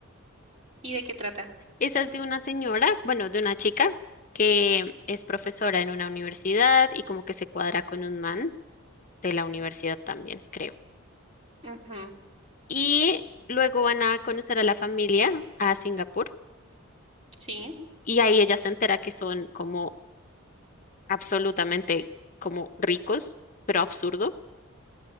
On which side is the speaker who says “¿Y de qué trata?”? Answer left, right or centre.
Right